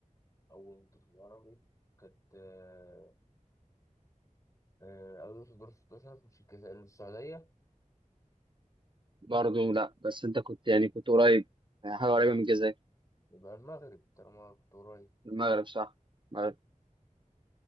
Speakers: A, on the left (about 25°); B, on the right (about 35°).
A: أول منتخب عربي كانت آه، آه، أو يوصل دور الستاشر مش الجزائر السعودية
B: برضه لا بس انت كنت يعني كنت قريب يعني حاجه قريبه
A: يبقى
B: من الجزائر
A: يبقى المغرب طالما كنت قريب
B: المغرب صح المغرب